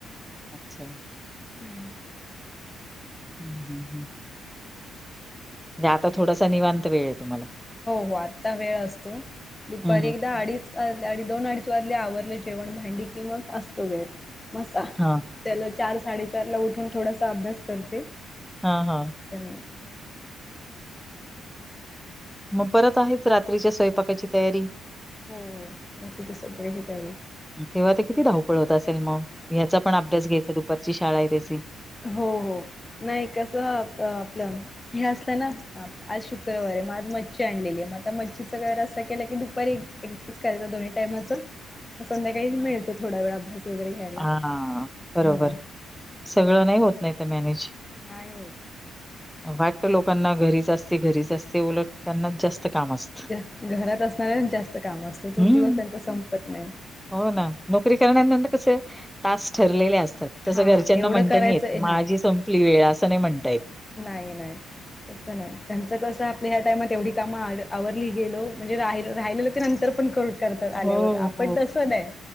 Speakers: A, in the centre; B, on the left.
A: अच्छा.
B: <unintelligible>
A: <inaudible> नय आता थोडासा, निवांत वेळ ये, तुम्हाला.
B: हो हो आत्ता वेळ असतो, दुपारी
A: हं.
B: एकदा अडीच वाजले आणि दोन-अडीच वाजले, आवरले जेवण, भांडी की, मग असतो वेळ. मसा
A: हां.
B: त्याला चार-साडेचार ला उठून, थोडासा अभ्यास करते.
A: हं हां.
B: त्यां.
A: मग परत आहेच रात्रीच्या, स्वयपाकाची तयारी?
B: हो. रात्रीच्या स्वयंपाकाची तयारी
A: तेव्हा
B: आजच
A: ते किती धावपळ होत असेल म, ह्याचा पण अभ्यास घ्यायचा दु पारची शाळाय त्याची.
B: हो हो नही, कसं अ-अपलं हे असत ना अ आज शुक्रवार ये, म आज मच्छी आणलेली ये, म आता मच्छीचा काय रस्सा केला की, दुपारी एक्-एक् दाच करायचा, दोन्ही टायमचा, म संध्याकाळी मिळतो थोडा वेळ अभ्यास वगैरे घ्यायला.
A: आं, बरोबर.
B: हो असं
A: सगळं नाही होत, नाहीत मॅनेज
B: नाही होत.
A: वाटतं लोकांना घरीच असते, घरीच असते, उलट त्यांनाच जास्त काम अस
B: जास, घरात असणा्या जास्त काम असतं, तो
A: हं,
B: दिवस त्यांचा संपत नाही.
A: हो ना, नोकरी करणाऱ्या णा त कसं तास ठरलेले असतात,
B: हा
A: तसं घरच्यांना
B: एवढं
A: म्हणता
B: करायचंय
A: नही येत, माजी संपली वेळ, असं नही म्हणता येत.
B: नाहीं नाहीं. तसं नाहीं त्यांचं कसं आपल्या ह्यां टाइमांत एवढी कामं आवरली गेलो म्हणजे रां राहिलेलं ते नंतर पणं करूं. करतांत
A: हो,
B: आल्यांवर आपणं
A: हो.
B: तसं नाहीं